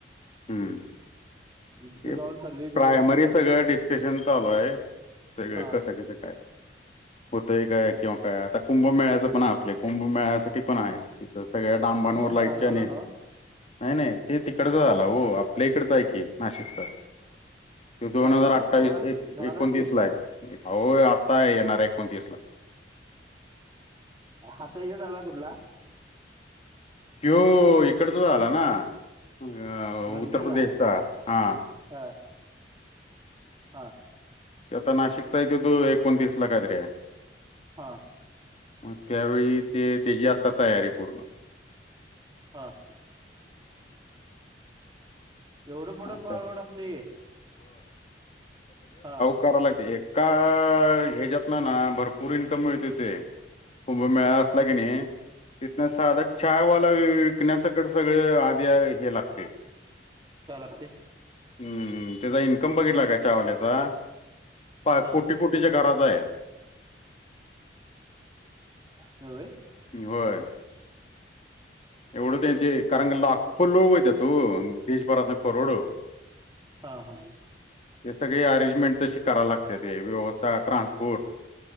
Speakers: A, on the left (about 35°); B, on the right (about 20°).
A: हम्
B: तिथे
A: ते
B: जाऊन सर्वे बिर्वे
A: प्रायमरी सगळं डिस्कशन चालू आहे सगळं
B: हा
A: कसं कसं काय होतय काय किंवा काय आता कुंभमेळायचं पण आपले कुंभमेळाचं पण आहे तथ सगळ्या डांबांवर
B: कुंभमेळा
A: लाईटच्या
B: झाला
A: आणि नाही
B: ना
A: नाही ते तिकडच झालं हो आपल्या इकडच आहे की नाशिकचा दोन
B: नाशिकचा
A: हजार अठ्ठावीस
B: कवा
A: एक
B: झाला
A: एकोणतीस
B: की
A: ला आहे हो आत्ता आहे येणार एकोणतीस ला
B: हाता हे झाला कुठला
A: हिो इकडच आला ना उत्तर
B: गंगेचा
A: प्रदेशचा हा
B: हा हा
A: ते आता नाशिकचा य त तो एकोणतीस ला काात रे
B: हा
A: मग त्यावेळी ते त्याची आता तयारी पूर्ण
B: हां एवढं पुढं
A: असं
B: पाळवड
A: आहे
B: असते हा
A: करा लागते एका ह्याच्यात ना ना भरपूर इन्कम मिळते ते कुंभमेळा असला की नाही तिथन साधक चायवाला विकण्यासकडे सगळ आधी हे लागतेय
B: चालात ते
A: हम्म त्याचा इन्कम बघितला काय चावल्याचा पा
B: हा
A: कोटी कोटीच्या घराचा आहे
B: होय
A: होय एवढं त्यांचे कारण लाखो लोक होते तो देशभरातन करोड
B: हा हा
A: ते सगळे अरेंजमेंट तशी कराला लागते ते व्यवस्था ट्रान्सपोर्ट